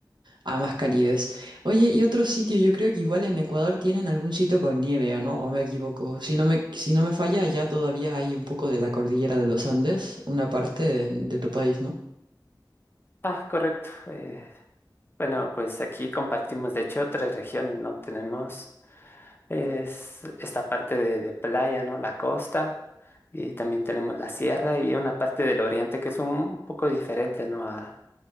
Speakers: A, on the right; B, on the left.
A: a más calidez. Oye, y otro sitio, yo creo que igual en Ecuador tienen algún sitio con nieve, ¿o no? ¿O me equivoco? Si no me, si no me falla, allá todavía hay un poco de la cordillera de los Andes, una parte de de tu país, ¿no?
B: Ah, correcto. eh, bueno, pues aquí compartimos, de hecho, tres regiones, ¿no? Tenemos es, esta parte de, de playa, ¿no? La costa, y también tenemos la sierra y una parte del oriente que es un poco diferente, ¿no? a